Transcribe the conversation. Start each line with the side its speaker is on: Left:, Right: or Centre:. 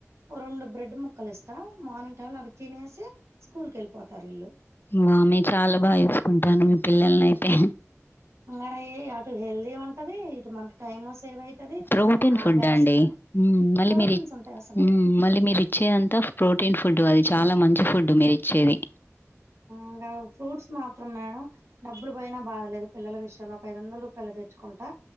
Right: ఓ రొండు బ్రెడ్ ముక్కలేస్ స్త మార్నింగ్ టైమ్లో అవి తినేసి స్కూల్కెళ్ళిపోతారు ఈళ్ళు
Left: వా మీ చాలా బాగా చూస్కుంటాను మీ పిల్లల్నైతే
Right: ఆయే అటు హెల్దీ ఉంటది, ఇటు మనకు టైము సేవ్ అయితది
Left: ప్రోటీన్
Right: ఆ
Left: ఫుడ్
Right: గ్యాస్
Left: అండి.
Right: కాడ
Left: మళ్ళీ
Right: ప్రోటీన్స్
Left: మీర్ ఇ
Right: ఉంటాయి అసలు
Left: మళ్ళీ మీర్ ఇచ్చే అంతా ప్రో టిన్ ఫుడ్ అది చాలా మంచి ఫుడ్ మీరిచ్చేది.
Right: ఇంగా ఫ్రూట్స్ మాత్రం మేడం డబ్బులు పోయినా బాధలేదు పిల్లల విషయంలో ఒక ఐదు వందల రూపాయలు తెచ్చుకుంటా